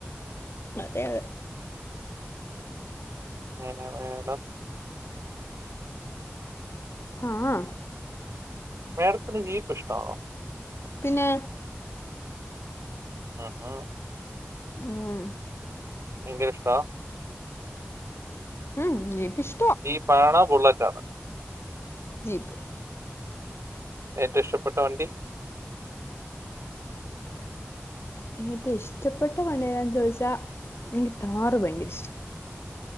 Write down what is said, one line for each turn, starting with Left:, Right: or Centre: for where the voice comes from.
Left: അതെ അതെ
Right: എന്ന മേഡം
Left: ആഹ്
Right: മേഡത്തിന് ജീപ്പ് ഇഷ്ടമാണോ
Left: പിന്നെ
Right: ആ ഹാ
Left: ഉം
Right: ഭയങ്കര ഇഷ്ടാ
Left: ഉം ജീപ്പിഷ്
Right: ഈ പാണ ബുള്ളറ്റാണ്
Left: ജീപ്പ്
Right: ഏറ്റവും ഇഷ്ടപ്പെട്ട വണ്ടി
Left: ഏറ്റവും ഇഷ്ടപ്പെട്ട വണ്ടി ഏതാ ചോദിച്ചാ എനിക്ക് താറ് ഭയങ്കര ഇഷ്ട